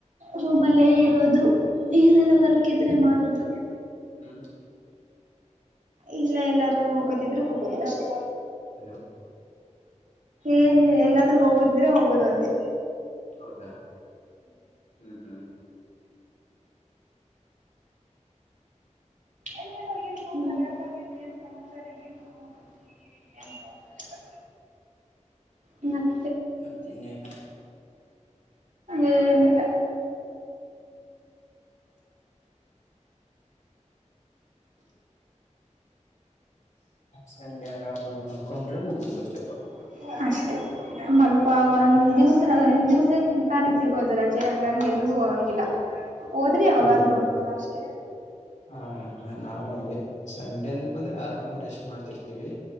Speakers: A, on the right; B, on the left.
A: ರೂಮ್ಲ್ಲೇ ಇರೋದು ಏನಲ್ಲ ವರ್ಕ್ ಇದ್ರೆ ಮಾಡೋದು
B: ಹ್ಮ್
A: ಇಲ್ಲ ಎಲ್ಲಾರು ಹೋಗೋತಿದ್ರು ಹೋಗೋದು ಅಷ್ಟೇ
B: ಹಲೋ
A: ಏನ್ ಎಲ್ಲಾದ್ರೂ ಹೋಗೋದಿದ್ರೆ ಹೋಗೋದು ಒಂದೆ
B: ಹೌದಾ ಹ್ಮ್ ಹ್ಮ್
A: ಎಲ್ಲಿಲ್ಲೋ ಏನ್ ಕ ಹಳ್ತ ಏನ್ ಸಮಾಚಾರ ಎನ್ನೋ ಖುಷಿ <unintelligible>
B: ಮತ್ತ ಇನ್ನೇನ
A: ಏನಿಲ್ಲಾ <unintelligible>
B: ಸಂಡೆ ಆರಾಮ ಮಲ್ಕೊಂಡ್ರೆ ಮುಗದ ಹೋಗುತ್ತೆ
A: <unintelligible> ಅಷ್ಟೆ ಮಲ್ಕು ಒಂದ್ ದಿವ್ಸನೊಂದ್ ದಿವ್ಸ ತಾನೇ ಸಿಗೋದು ರಜೆ ಹಂಗಾಗಿ ಎಲ್ಲಿ ಎಲ್ಲಿಗೂ ಹೋಗಂಗಿಲ್ಲ ಹೋದ್ರಿ ಯಾವಾಗಾದ್ರು
B: ಹ್ಮ್
A: ಒಂದ್ಸಲ ಅಷ್ಟೇ
B: ಹಾ ಹಾ ನಾವು ಹಂಗೆ ಸಂಡೆ ಅಂತ ಬಂದ್ರೆ ಆರಾಮ ರೆಸ್ಟ್ ಮಾಡ್ತಿರ್ತೀವಿ